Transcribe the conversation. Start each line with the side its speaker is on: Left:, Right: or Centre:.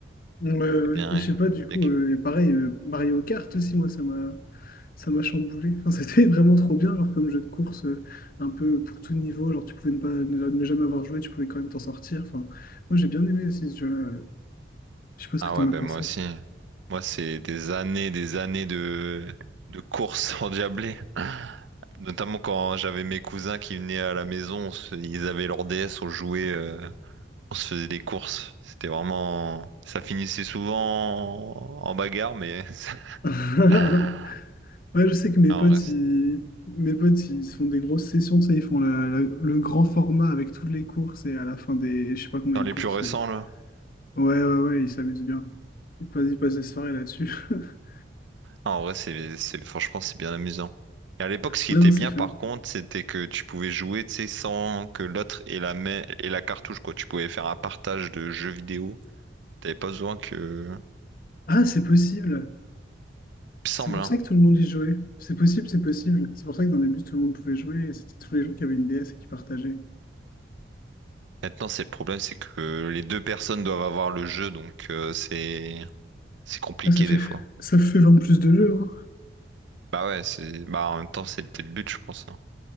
Left: ouais ouais.
Right: c'est bien,
Left: et je sais pas, du
Right: bien
Left: coup,
Right: que.
Left: euh, pareil, euh, Mario Kart aussi, moi, ça m'a ça m'a chamboulé. Enfin, <laughs> c'était vraiment trop bien, genre comme jeu de course, euh, un peu pour tout niveau. Genre, tu pouvais ne pas ne, ne jamais avoir joué, tu pouvais quand même t'en sortir. Enfin, moi, j'ai bien aimé aussi ce jeu-là. euh. Je sais pas ce
Right: Ah
Left: que t'en
Right: ouais, ben
Left: as pensé.
Right: moi aussi. Moi, c'est des années, des années de, de courses <laughs> endiablées. Notamment quand j'avais mes cousins qui venaient à la maison, on se- ils avaient leur DS, on jouait, euh, on se faisait des courses. C'était vraiment... Ça finissait souvent en en bagarre, mais... <laughs>
Left: <laughs>
Right: Ah,
Left: Ouais, je sais que mes
Right: en
Left: potes,
Right: reste-
Left: ils, mes potes, ils se font des grosses sessions, tu sais, ils font la- la- le grand format avec toutes les courses et à la fin des, je sais pas combien
Right: Dans
Left: de
Right: les
Left: courses,
Right: plus récents,
Left: euh,
Right: là.
Left: Ouais, ouais, ouais, il s'amuse bien. Il passe, il passe des soirées là-dessus. <laughs>
Right: Ah, en vrai, c'est, c'est, franchement, c'est bien amusant. Et à l'époque, ce qui
Left: Ouais,
Right: était
Left: non,
Right: bien,
Left: c'est fun.
Right: par contre, c'était que tu pouvais jouer, tu sais, sans que l'autre ait la main et la cartouche, quoi. Tu pouvais faire un partage de jeux vidéo. T'avais pas besoin que... Il
Left: Ah, c'est possible.
Right: me semble,
Left: C'est pour
Right: hein.
Left: ça que tout le monde y jouait. C'est possible, c'est possible. C'est pour ça que dans les bus, tout le monde pouvait jouer et c'était tous les gens qui avaient une DS et qui partageaient.
Right: Maintenant, c'est le problème, c'est que les deux personnes doivent avoir le jeu, donc euh, c'est c'est compliqué
Left: Ah, ça fait,
Right: des fois.
Left: ça fait vendre plus de jeux, hein.
Right: Bah ouais, c'est bah en même temps, c'était le but, je pense. hein.